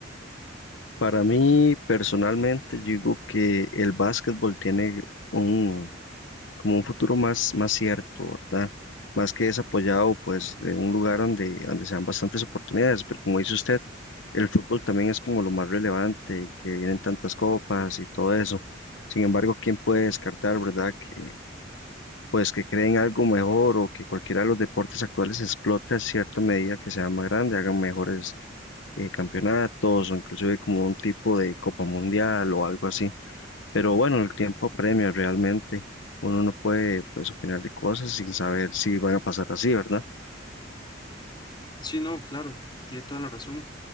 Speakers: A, on the left; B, on the left.
A: Para mí, personalmente, yo digo que el básquetbol tiene un como un futuro más, más cierto, ¿verdad? Más que desapoyado, pues, de un lugar donde, donde sean bastantes oportunidades, pero como dice usted, el fútbol también es como lo más relevante y que vienen tantas copas y todo eso. Sin embargo, ¿quién puede descartar, verdad? Que, pues que creen algo mejor o que cualquiera de los deportes actuales explote a cierta medida que sea más grande, hagan mejores eh, campeonatos o inclusive como un tipo de Copa Mundial o algo así. Pero bueno, el tiempo apremia realmente. Uno no puede pues opinar de cosas sin saber si van a pasar así, ¿verdad?
B: Sí, no, claro, tiene toda la razón.